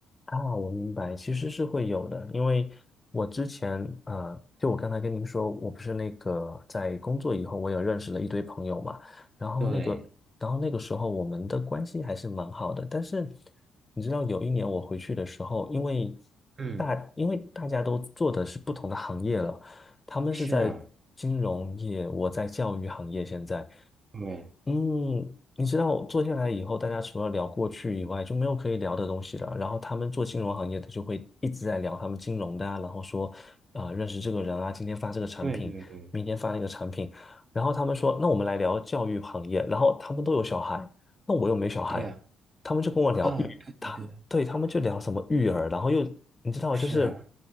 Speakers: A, on the left (about 25°); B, on the right (about 45°).
A: 啊，我明白，其实是会有的，因为我之前啊、呃就我刚才跟您说，我不是那个在工作以后，我有认识了一堆朋友嘛，然后那个，
B: 对，
A: 然后那个时候我们的关系还是蛮好的，但是你知道，有一年我回去的时候，因为
B: 嗯，
A: 大，因为大家都做的是不同的行业了，他们是在金融业，
B: 是啊，
A: 我在教育行业现在。
B: 对，
A: 嗯，你知道坐下来以后，大家除了聊过去以外，就没有可以聊的东西了。然后他们做金融行业的就会一直在聊他们金融的啊，然后说啊、认识这个人啊，今天发这个产品，
B: 对对对，
A: 明天发那个产品。然后他们说，那我们来聊教育行业。然后他们都有小孩，那我又没小孩，
B: 对啊，
A: 他们就跟我聊育，
B: 啊，对对对，
A: 他对他们就聊什么育儿，然后又你知道，
B: 是
A: 就是